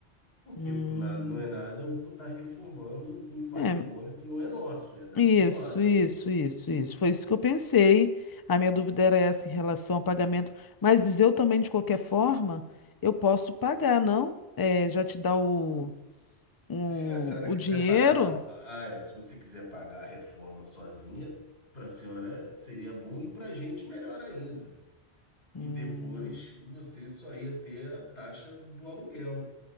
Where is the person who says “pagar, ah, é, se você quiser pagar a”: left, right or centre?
Left